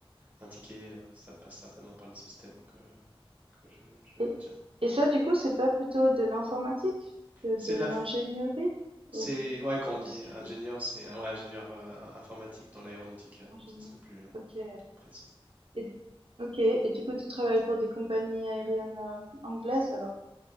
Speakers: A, on the right; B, on the right.
A: un ticket, euh, ça passe certainement par les systèmes que, que je, je maintiens.
B: Et et ça, du coup, c'est pas plutôt de l'informatique que
A: C'est
B: de
A: de
B: l'ingénierie?
A: la, C'est
B: Ou
A: ouais, quand
B: Ou
A: on dit
B: si je
A: ingénieur,
B: me trompe,
A: c'est un- ouais, ingénieur euh, in- informatique dans l'aéronautique, euh,
B: ingénieur.
A: ça serait plus euh,
B: OK
A: précis.
B: et OK et du coup, tu travailles pour des compagnies aériennes, hem, anglaises alors?